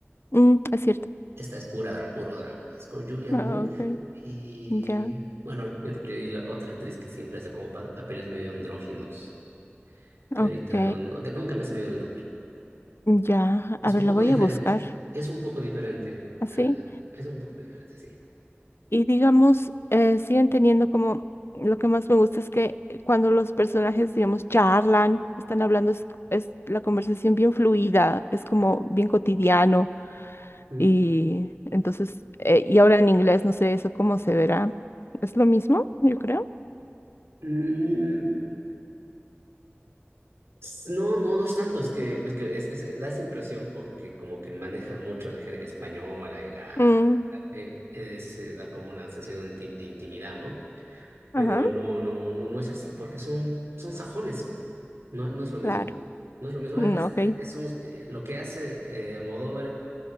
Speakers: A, on the left; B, on the right.
A: Mm, es cierto.
B: Esta es pura, dra- puro drama. Es con Julianne
A: Ah,
B: Moore
A: ok,
B: y,
A: ya,
B: bueno, y, y la otra actriz que siempre hace como pa- papeles medio andróginos, que
A: ok,
B: ahorita no, no- que nunca me ha sabido el nombre.
A: ya.
B: Es
A: A ver,
B: un poco
A: la voy
B: diferente.
A: a buscar,
B: Es un poco diferente.
A: ¿así?
B: al- Es un poco diferente, sí.
A: Y digamos, eh, siguen teniendo como, lo que más me gusta es que cuando los personajes, digamos, charlan, están hablando, es, es la conversación bien fluida, es como bien cotidiano.
B: ¿Mm?
A: Y entonces, eh, y ahora en inglés, no sé eso cómo se verá. Es lo mismo, yo creo.
B: Mm, s- no, no, no es tanto. Es que, es que es- es- da esa impresión porque como que maneja mucho la jerga española y la...
A: Mm,
B: eh, eh, se da como una sensación de inti- de intimidad, ¿no? Pero
A: ajá,
B: no, no, no, no es así porque son, son sajones. No, no es lo mismo.
A: claro.
B: No es lo mismo.
A: Mm,
B: Es,
A: ok.
B: es un- eh, lo que hace eh, Almodóvar